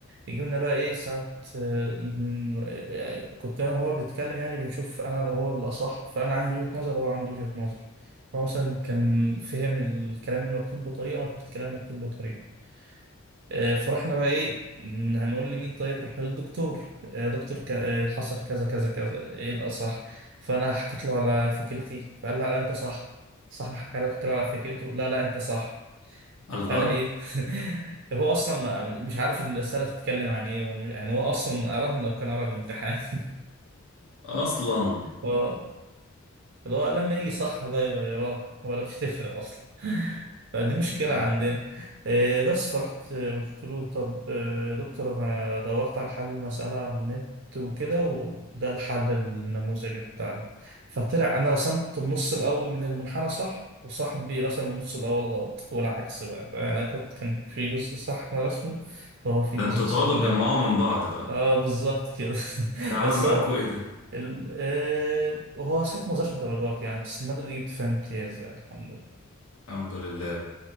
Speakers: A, on the right (about 55°); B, on the left (about 75°).
A: جبنا بقى ايه ساعة آه، بن- آه، كنت انا وهو بنتكلم يعني بنشوف انا هو اللي اصح فانا عندي وجهة نظر وهو عنده وجهة نظر هو مثلا كان فهم الكلام المكتوب بطريقة وانا فهمت الكلام المكتوب بطريقة آه، فرحنا بقى ايه ن- هنقول لمين طيب رحنا للدكتور يا دكتور ك- آه، حصل كذا كذا كذا ايه الاصح فانا حكيت له على فكرتي فقال لا لا انت صح صح حكى له حكيت له على فكرته لا لا انت صح
B: الله
A: فانا ايه <laughs> هو اصلا ما- مش عارف الرساله بتتكلم عن ايه ومش- يعني هو اصلا قراها لو كان قرا الامتحان <laughs>
B: أصلا
A: هو اللي هو لما يجي صح بقى يغيرها ولا مش تفرق اصلا فدي مشكلة
B: ده
A: عندنا آه، بس فرحت آه، قلت له طب آه، دكتور أنا دورت على حل المسألة على النت وكده وده الحل النموذجي بتاعنا فطلع أنا رسمت النص الأول من المنحنى صح وصاحبي رسم النص الأول غلط والعكس بقى يعني أنا كنت كان في جزء صح أنا رسمه وهو في
B: ده
A: جزء
B: انتوا
A: صح
B: تقعدوا
A: هو.
B: تجمعوا من بعض بقى
A: اه بالظبط كده <laughs>
B: ده عمل
A: بس
B: معاكوا
A: هو
B: إيه ده
A: ال- آه، وهو ساعتها ما زادش الدرجات يعني بس المادة دي جبت فيها امتياز يعني الحمد لله
B: الحمد لله